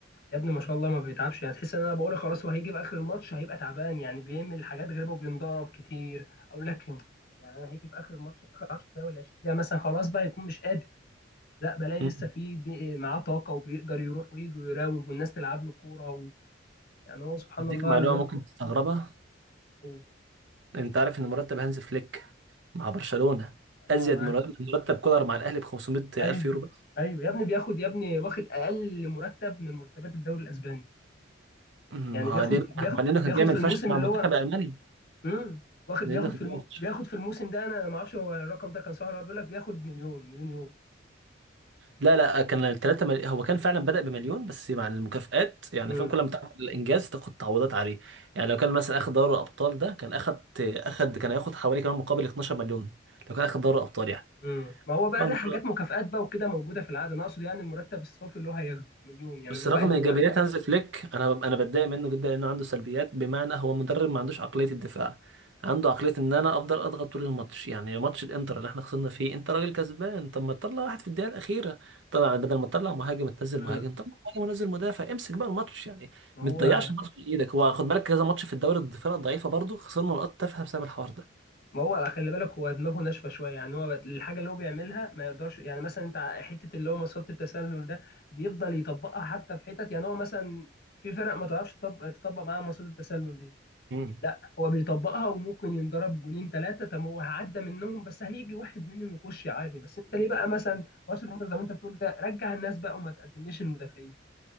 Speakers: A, on the left; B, on the right.
A: يا ابني ما شاء الله ما بيتعبش يعني تحس ان انا بقول خلاص هو هيجي في اخر الماتش هيبقى تعبان يعني بيعمل حاجات غريبه وبينضرب كتير او لكن يعني انا هيجي في اخر الماتش اخر 10 دقايق ولا 20 دقيقه مثلا خلاص بقى هيكون مش قادر لا بلاقي
B: مم.
A: لسه في دي معاه طاقه وبيقدر يروح ويجي ويراوغ والناس تلعب له كوره و... يعني هو سبحان
B: اديك
A: الله
B: معلومه
A: الواد
B: ممكن
A: ده
B: تستغربها
A: هو-
B: انت عارف ان مرتب هانز فليك مع برشلونة
A: اه
B: ازيد
A: عارف.
B: مرتب مرتب كولر مع الاهلي ب 500 الف
A: ايوه
B: يورو بس
A: ايوه يا ابني بياخد يا ابني واخد اقل مرتب من مرتبات الدوري الاسباني
B: أمم،
A: يعني
B: ما
A: بياخد
B: هو ليه بقى؟
A: بياخد
B: ما لانه كان
A: بياخد
B: جاي
A: في الموسم
B: فشخ مع
A: اللي
B: المنتخب
A: هو
B: الالماني
A: امم واخد
B: لانه
A: بياخد
B: كان
A: في
B: جاي
A: الم...
B: فشخ
A: بياخد في الموسم ده انا ما اعرفش هو الرقم ده كان صح ولا لا، بيقول لك بياخد مليون مليون يورو
B: لا لا آه، كان الثلاثه مل... هو كان فعلا بدأ بمليون بس مع المكافآت يعني
A: امم
B: فاهم كل ما تعمل الانجاز تاخد تعويضات عليه يعني لو كان مثلا اخد دوري الابطال ده كان اخد اخد كان هياخد حوالي كمان مقابل 12 مليون لو كان اخد دوري الابطال يعني
A: امم ما هو بقى
B: طبعا
A: ده حاجات مكافآت بقى وكده موجوده في العاده انا اقصد يعني المرتب الصافي اللي هو هياخده مليون يعني
B: بس
A: اللي
B: رغم
A: هو اقل
B: ايجابيات
A: واحد
B: هانز فليك انا انا بتضايق منه جدا لانه عنده سلبيات بمعنى هو مدرب ما عندوش عقليه الدفاع عنده عقليه ان انا افضل اضغط طول الماتش يعني ماتش الانتر اللي احنا خسرنا فيه انت راجل كسبان طب ما تطلع واحد في الدقيقه الاخيره طبعا بدل ما تطلع مهاجم تنزل
A: امم
B: مهاجم طلع مهاجم ونزل مدافع امسك بقى الماتش يعني
A: ما
B: ما
A: هو
B: تضيعش الماتش في ايدك هو خد بالك كذا ماتش في الدوري الفرق ضعيفه برضه خسرنا نقاط تافهه بسبب الحوار ده
A: ما هو خلي بالك هو دماغه ناشفه شويه يعني هو بت- الحاجه اللي هو بيعملها ما يقدرش يعني مثلا انت حته اللي هو مصيده التسلل ده بيفضل يطبقها حتى في حتت يعني هو مثلا في فرق ما تعرفش تطبق تطبق معاها مصيده التسلل دي
B: امم
A: لا هو بيطبقها وممكن ينضرب جونين ثلاثه طب هو هعدى منهم بس هيجي واحد منهم يخش عادي بس انت ليه بقى مثلا برشلونه زي ما انت بتقول ده رجع الناس بقى وما تقدمليش المدافعين